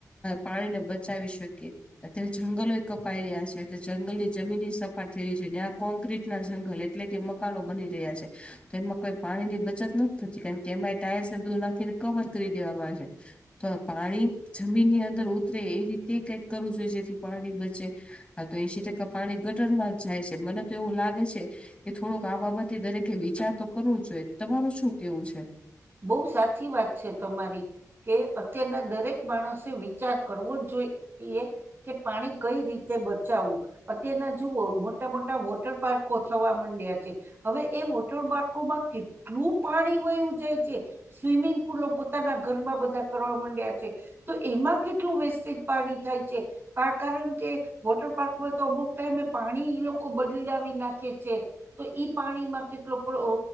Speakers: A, on the left; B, on the right.
A: પાણીને બચાવી શકીય. અત્યારે જંગલોય કપાઈ રહ્યા છે એટલે જંગલની જમીન સપા થઈ રહી છે ને આ કોંક્ર્રીટ ના જ. એટલે કે મકાનો બની રહ્યા છે તો એમાં કોઈ પાણી ની બચત નથી થતી કારણ કે એમાં ટાયર્સને બધું નાખીને. કવર કરી દેવામાં આવે છે. તો પાણી જમીનની અંદર ઉતરે એ રીતે કઈક કરવું જોઈએ જેથી પાણી બચે. હા તો એશી ટકા પાણી ગટર માં જ જાય છે મને તો એવું લાગે છે. કે થોડોક આ બાબતે દરેકે વિચાર તો કરવો જ જોઈએ તમાર શું કેવું છે.
B: બહુ સાચી વાત છે તમારી. કે અત્યારના દરેક માણસે વિચાર કરવો જ જોઈએ. કે પાણી કઈ રીતે બચાવવું. અત્યારના જુઓ મોટા મોટા વોટર પાર્કો થવા માંડ્યા છે. હવે એ વોટર પાર્કોમાં કેટલું પાણી વયું જાય. સ્વિમિંગ પુલો પોતાના ઘરમાં બધા કરવા માંડ્યા છે. તો એમાં કેટલું વેસ્ટેજ પાણી થાય છે કારણ કે. વોટર પાર્કમાં તો અમુક ટાઈમે પાણી ઇ લોકો બદલાવી નાખે છે. તો ઈ પાણીમાં કેટલો પ્ર અ